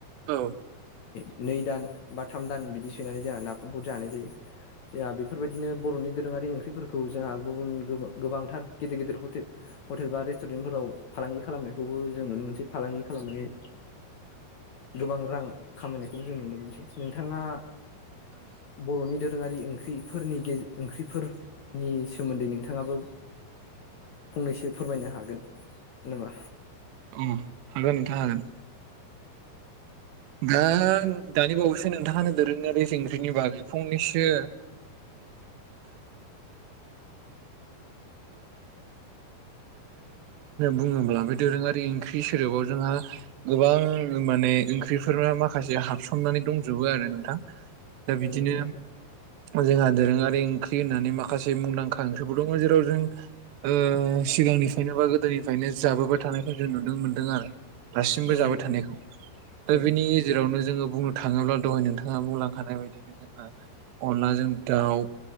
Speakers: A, on the right; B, on the left.
A: औ
B: नै नै दान बा थाम दान बिदि सोनानै जोंहा नाफामफोर जानाय जायो। जोंहा बेफोरबायदिनो बर'नि दोरोङारि ओंख्रिफोरखौ जोंहा गुबुन गोबा-गोबांथार गेदेर गेदेर हटे-हटेल बा रेस्टुरेन्टफोराव फालांगि खालामनायखौबो जों नुनो मोनसै फालांगि खालामनानै <inaudible> गोबां रां खामायनायखौबो जों नुनो मोनसै नोंथाङा बर'नि देर रोङारि ओंख्रिफोरनि गेज ओंख्रिफोरनि सोमोन्दै नोंथाङाबो फंनैसो फोरमायनो हागोन, नामा?
A: उम हागोन नोंथां हागोन। दा दानि बावैसो नोंथाङानो दोरोङारि ओंख्रिनि बागै फंनैसो बुङोब्ला बे दोरोङारि ओं ओंख्रि सोदोबाव जोंहा गोबां माने ओंख्रि बेफोरा माखासे हाबसननानै दंजोबो आरो नोंथां। दा
B: औ
A: बिदिनो
B: नोंगौ नोंथां
A: जोंहा दोरोङारि ओंख्रि होननानै माखासे मुंदांखा ओंख्रिबो दङ जेराव जों ओ सिगांनिफ्रायनोबा गोदोनिफ्रायनो जाबोबाय थानायखौ जों नुनो मोनदों आरो दासिमबो
B: औ
A: जाबाय
B: नंगौ
A: थानायखौ।
B: नोंथां
A: दा
B: औ
A: बिनि गेजेराव नो जोङो बुंनो थाङोब्ला दहाय नोंथाङा बुंलांखानाय बायदिनो जोंहा अनलाजों दाउ